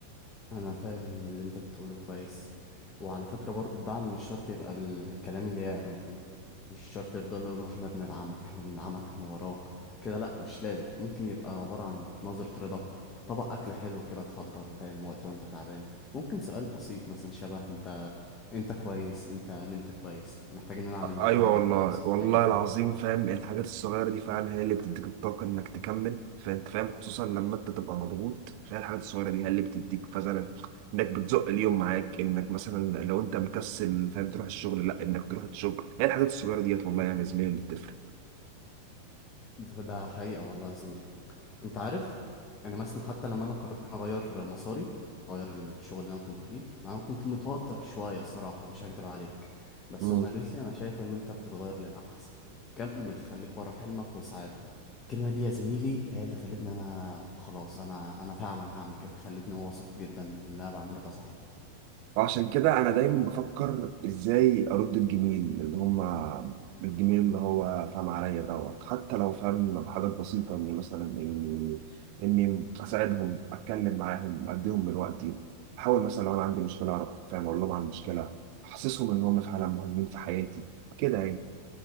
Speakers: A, on the left; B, on the right.
A: انا فاهم اللي انت بتقوله كويس وعلى فكرة برضو الدعم مش شرط يبقى بال... بالكلام اليام مش شرط يفضل يقولوا احنا بندعمك احنا بندعمك احنا وراك كده لا مش لازم ممكن يبقى عبارة عن نظرة رضا طبق اكل حلو كده تحضره فاهم وقت وانت تعبان ممكن سؤال بسيط مثلا شبه انت انت كويس انت نمت كويس محتاج ان انا اعمل لك
B: ايوه
A: حاجة
B: والله
A: ناقصك
B: والله
A: حاجة
B: العظيم فاهم الحاجات الصغيره دي فعلا هي اللي بتديك الطاقه انك تكمل فانت فاهم خصوصا لما انت تبقى مضغوط فهي الحاجات الصغيره دي هي اللي بتديك فعلا انك بتزق اليوم معاك انك مثلا لو انت مكسل فاهم تروح الشغل لا انك تروح الشغل هي الحاجات الصغيره ديت والله يعني يا زميلي اللي بتفرق
A: ده ده حقيقة والله يا زميلي انت عارف انا مثلا حتى لما انا قررت انا اغير مساري اغير الشغل اللي انا كنت فيه انا كنت متوتر شويه الصراحه مش هكدب عليك بس
B: مم.
A: هما قالت لي انا شايفه ان انت بتتغير للاحسن كمل خليك ورا حلمك واسعى له الكلمه دي يا زميلي هي اللي خلتني انا خلاص انا انا فعلا هعمل كده خلتني واثق جدا ان اللي انا بعمله ده صح
B: عشان كده انا دايما بفكر ازاي ارد الجميل اللي هما الجميل اللي هو فاهم عليا دوت حتى لو فاهم بحاجات بسيطة اني مثلا اني اني اساعدهم اتكلم معاهم اديهم من وقتي احاول مثلا لو انا عندي مشكلة اروح فاهم اقول لهم عن المشكلة احسسهم ان هم فعلا مهمين في حياتي كده يعني